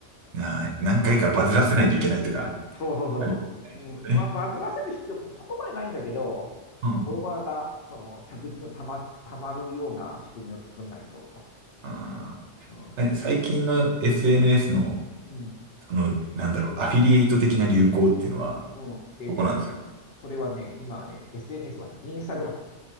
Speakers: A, on the right (about 70°); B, on the left (about 60°).
A: な何回かバズらせないといけないとか、
B: うん、そうそうそうそう。
A: ありますよね。
B: うん、まあ、バズらせる必要もそこまでないんだけど、
A: うん。
B: フォロワーが、その、着実にたま、たまるような仕組みを作んないと、と。
A: あ
B: う
A: ーえ、最近の SNS の、
B: ん、うん、
A: その、なんだろう、アフィリエイト的な流行っていうのは、
B: うんえっとね、
A: どこなんですか
B: それはね、今はね、SNS はね、インスタグラム。